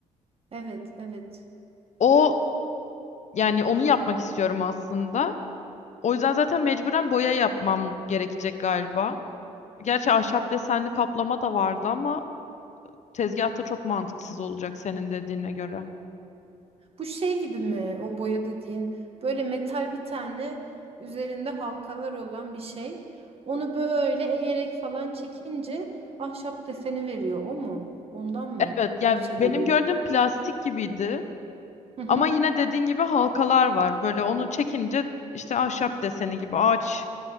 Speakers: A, on the right; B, on the left.
A: Evet, evet.
B: O yani onu yapmak istiyorum aslında. O yüzden zaten mecburen boya yapmam gerekecek galiba. Gerçi ahşap desenli kaplama da vardı ama tezgahta çok mantıksız olacak senin dediğine göre.
A: Bu şey gibi mi o boya dediğin böyle metal bir tane üzerinde halkalar olan bir şey. Onu böyle eğerek falan çekince ahşap deseni veriyor o mu? Ondan mı?
B: Evet, yani
A: Fırça
B: benim
A: dediğin.
B: gördüğüm plastik gibiydi.
A: Hı hı,
B: Ama yine dediğin gibi halkalar var. Böyle onu çekince işte ahşap deseni gibi ağaç